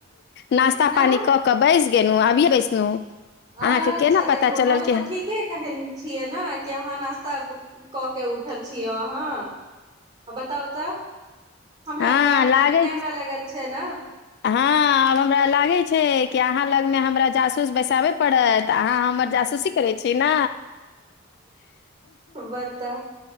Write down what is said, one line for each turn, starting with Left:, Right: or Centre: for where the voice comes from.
Left: नाास्ता
Right: न
Left: पानी कऽ कऽ बैस गेलहुँ अभियए बैसलहुँ। अहाँके
Right: अच्छा
Left: केना पता
Right: देखू,
Left: चलल
Right: हमे
Left: कि हम-
Right: तऽ ठीके कहने छियै ने कि अहाँ नाास्ता कऽ के उठल छियै अहाँ बताउ तऽ। हमरा
Left: हाँ
Right: आरके आँखि
Left: लागै,
Right: मे कैमरा लगल छै ने
Left: हाँ आब हमरा लागै छै। की अहाँ लग मे हमरा जासूस बैसाबै पड़त। त अहाँ हमर जासूसी करै छी नै
Right: बताउ